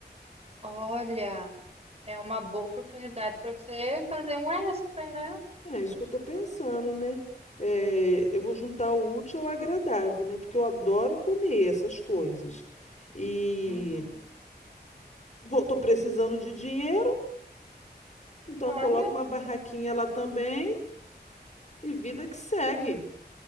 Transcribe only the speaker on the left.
É isso que eu tô pensando, né? Eh, eu vou juntar o útil ao agradável, né? Porque eu adoro comer essas coisas. E
vou, tô precisando de dinheiro, então
eu coloco uma barraquinha lá também. E vida que segue.